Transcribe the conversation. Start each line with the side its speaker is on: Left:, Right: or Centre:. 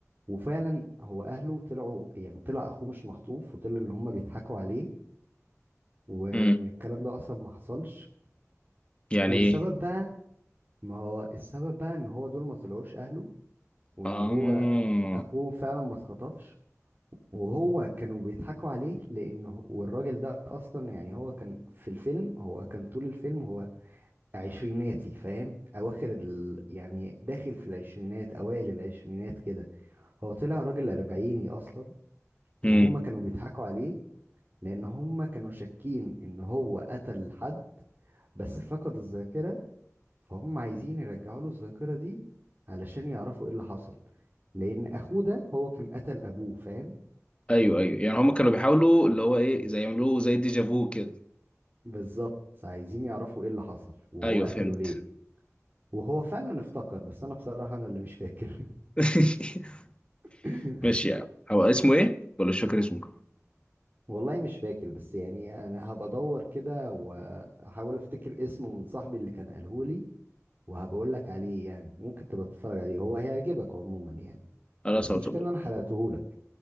Right: وفعلا هو اهله طلعوا يعني طلع اخوه مش مخطوف وطلع اللي هم بيضحكوا عليه وان
Left: امم
Right: الكلام ده اصلا ما حصلش
Left: يعني
Right: والسبب
Left: ايه
Right: بقى ما هو السبب بقى ان هو دول ما طلعوش اهله وان
Left: اه
Right: هو اخوه فعلا ما اتخطفش وهو كانوا بيضحكوا عليه لانه والراجل ده اصلا يعني هو كان في الفيلم هو كان طول الفيلم هو عشريناتي فاهم اواخر ال... يعني داخل في العشرينات اوائل العشرينات كده هو طلع راجل اربعيني اصلا
Left: امم
Right: وهم كانوا بيضحكوا عليه لان هم كانوا شاكين ان هو قتل حد بس فقد الذاكرة فهم عايزين يرجعوا له الذاكرة دي علشان يعرفوا ايه اللي حصل لان اخوه ده هو كان قتل ابوه فاهم
Left: ايوه ايوه يعني هما كانوا بيحاولوا اللي هو ايه زي يعملوه زي ديجافو كده
Right: بالظبط عايزين يعرفوا ايه اللي حصل وهو
Left: ايوه
Right: قتله
Left: فهمت
Right: ليه وهو فعلا افتكر بس انا بصراحة انا اللي مش فاكر
Left: <laughs>
Right: <laughs>
Left: ماشي يا عم هو اسمه ايه ولا مش فاكر اسمه
Right: والله مش فاكر بس يعني انا هبقى ادور كده واحاول افتكر اسمه من صاحبي اللي كان قاله لي وهبقول لك عليه يعني ممكن تبقى تتفرج عليه هو هيعجبك عموما يعني
Left: خلاص
Right: بس
Left: هو
Right: مشكلة
Left: طب-
Right: ان انا حرقته لك